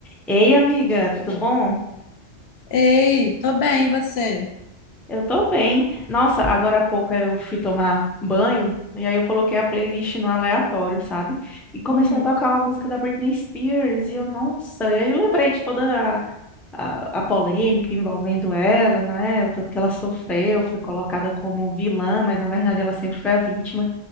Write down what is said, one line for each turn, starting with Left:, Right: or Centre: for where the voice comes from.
Centre: Ei, amiga, tudo bom?
Left: Ei, tô bem, e você?
Centre: Eu tô bem. Nossa, agora há pouco eu fui tomar banho e aí eu coloquei a playlist no aleatório, sabe? E começou
Left: Uhum.
Centre: a tocar uma música da Britney Spears e eu, nossa, e aí eu lembrei de toda a, a, a polêmica envolvendo ela, não é? O tanto que ela sofreu, foi colocada como vilã, mas na verdade ela sempre foi a vítima.